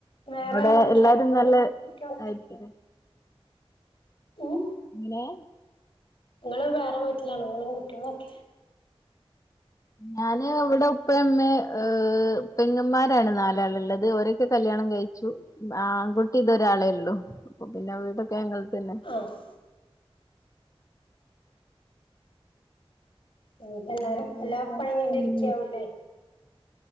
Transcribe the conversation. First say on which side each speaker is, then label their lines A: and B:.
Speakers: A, on the left; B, on the left.
A: വേറെ
B: അയുടെ
A: വീട്ടിലാണോ
B: എല്ലാരും
A: ഓളും
B: നല്ലെ
A: കുട്ടികളൊക്കെ
B: ആയിരിക്കും ലെ
A: ഉം
B: എങ്ങനെ?
A: ഇങ്ങെൾ വേറെ വീട്ട്ലാണോ? ഇങ്ങെളും കുട്ടിയാളും ഒക്കെ?
B: ഞാന് ഇവ്ടെ ഉപ്പെം ഉമ്മേം ഏഹ്. പെങ്ങമാരാണ് നാലാൾ ഇള്ളെത് ഓരൊക്കെ കല്യാണം കഴിച്ചു. ആങ്കുകുട്ടി ഇത് ഒരാളെ ഒള്ളു അപ്പ പിന്നെ വീടൊക്കെ ഞങ്ങെൾക്കെന്നെ
A: ആഹ് ഇന്ന് ഇപ്പം എല്ലാരും
B: വേറെന്തല്ലാ
A: എല്ലാ പണിം കഴിഞ്ഞിട്ട്
B: ഉം
A: ഇരിക്കാവും ലെ